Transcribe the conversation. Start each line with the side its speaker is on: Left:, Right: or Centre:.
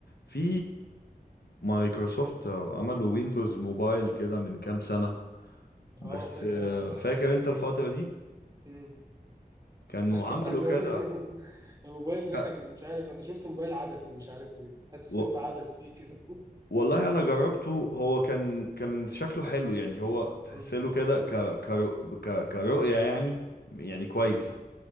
Left: في مايكروسوفت عملوا ويندوز موبايل كده من كام سنة بس
Right: اه فاكر
Left: آه،
Right: انا البتاع
Left: فاكر
Right: ده
Left: انت الفترة دي
Right: مم.
Left: كانوا
Right: <laughs>
Left: عملوا
Right: عايز
Left: كده
Right: أقول لك الموبايل ده
Left: ك-
Right: كان مش عارف انا شفت موبايل عبثي مش عارف ليه حسيت
Left: و-
Right: بعبث فيه كده
Left: والله انا جربته
Right: <laughs>
Left: هو كان كان شكله حلو يعني هو تحسله
Right: مم.
Left: كده ك... كرو... ك... كرؤية يعني يعني كويس